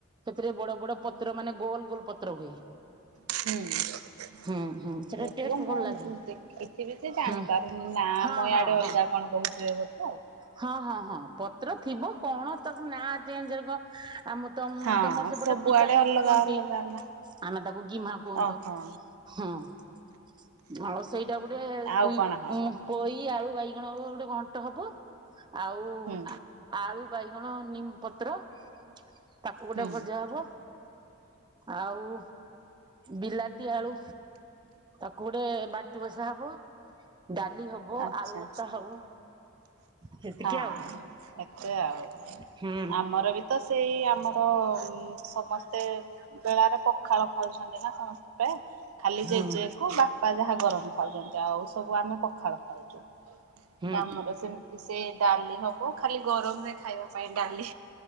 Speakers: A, on the right; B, on the right.
A: ସେଥିରେ ବଡ ବଡ ପତ୍ର ମାନେ ଗୋଲ ଗୋଲ ପତ୍ର ହୁଏ।
B: ହୁଁ।
A: ହୁଁ ହୁଁ ସେଟା
B: ହେଇଥିବ
A: ଟେଷ୍ଟ ଭଲ
B: ମୁଁ
A: ଲାଗେ
B: ଦେଖିଥିବି ଯେ
A: ହଁ
B: ଜାଣିପାରୁନି ନା ଆମ
A: ହଁ
B: ୟାଡେ
A: ହଁ ହଁ।
B: ଅଲଗା। କଣ କୋହୁଥିବେ ବୋଧେ ଆଉ।
A: ହଁ ହଁ ହଁ ପତ୍ର ଥିବ କଣ ତାକୁ ନାଁ ଚେଞ୍ଜରେ କ ଆମ ତମ
B: ହଁ
A: ତମର ସେପଟେ
B: ସବୁଆଡେ
A: ପିତା ଶାଗ
B: ଅଲଗା
A: କୁହନ୍ତି।
B: ଅଲଗା ନା।
A: ଆମେ ତାକୁ ଗୀମା କୁହନ୍ତୁ।
B: ଓହୋ
A: ହଁ <unintelligible> ସେଇଡା ଗୁଟେ
B: ଆଉ
A: ପୁଇ
B: କଣ ହବ
A: ଉଁ ପୋଇ ଆଳୁ ବାଇଗଣ ଗୋ ଗୋଟେ ଘଣ୍ଟ ହବ। ଆଉ
B: ହୁଁ
A: ଆ ଆଳୁ ବାଇଗଣ ନିମ ପତ୍ର ତା କୁ ଗୋଟେ
B: ହୁଁ
A: ଭଜା ହବ ଆଉ ବିଲାତି ଆଳୁ ତାକୁ ଗୋଟେ ବାଟି ବସା ହବ, ଡାଲି ହବ,
B: ଆଚ୍ଛା।
A: ଆଳୁ ଭର୍ତା ହବ ସେତିକି
B: ହଁ
A: ଆଉ
B: ଏତେ ଆଉ
A: ହୁଁ
B: ଆମର ବି ତ ସେଇ ଆମର ଉଁ ସମସ୍ତେ ବେଳାରେ ପଖାଳ ଖାଉଛନ୍ତି ନା ସମସ୍ତେ ପ୍ରାୟେ। ଖାଲି
A: ହୁଁ
B: ଜେଜେକୁ ବାପା ଯାହା ଗରମ ଖାଉଚନ୍ତି ଆଉ ସବୁ ଆମେ ପଖାଳ ଖାଉଚୁ
A: ହୁଁ।
B: ତ ଆମର ସେମ୍ ସେ ଡାଲି ହବ ଖାଲି ଗରମରେ ଖାଇବା ପାଇଁ ଡାଲି।